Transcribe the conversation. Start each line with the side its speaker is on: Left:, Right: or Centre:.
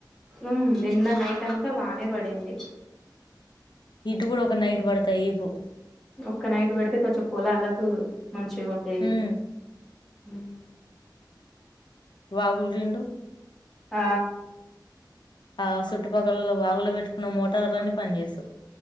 Centre: ఉమ్ నిన్న నైట్ అంత అంత బానే పడింది
Left: ఇటు కూడా ఒక నైట్ పడతాయి ఈపు
Centre: ఒక్క నైట్ పడితే కొంచెం పోలలాకు మంచిగా ఉండేది
Left: ఉమ్
Centre: హమ్
Left: వాగులు రెండు
Centre: ఆ
Left: ఆ చుట్టుపక్కలలో వాగులు పెట్టుకున్న మోటార్లని పని చేస్తు